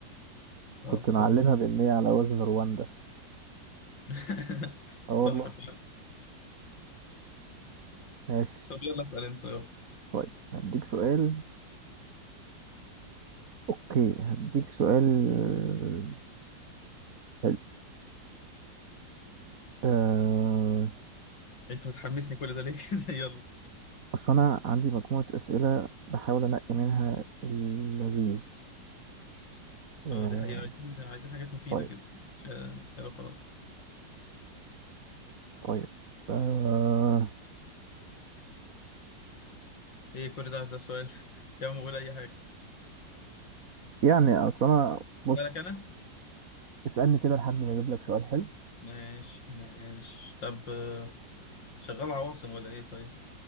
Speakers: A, on the left; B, on the right.
A: خلصان
B: كنت معلمها بان هي على وزن رواندا
A: <laughs>
B: اه والله
A: صح فعلا
B: ماشي
A: طب يلا اسأل انت يلا
B: طيب هديك سؤال اوكي هديك سؤال آه، حلو آه...
A: انت بتحمسني كل ده ليه <laughs> يلا
B: أصل أنا عندي مجموعة أسئلة بحاول أنقي منها اللذيذ آه
A: اه دي حقيقة عايزين عايزين حاجات مفيدة
B: طيب
A: كده مش آه، أسئلة خلاص
B: طيب آه
A: ايه كل ده ده سؤال <laughs> يا عم قول أي حاجة
B: يعني أصل أنا بص
A: أسألك أنا
B: اسألني كده لحد ما أجيب لك سؤال حلو
A: ماشي ماشي طب آه، شغال عواصم ولا ايه طيب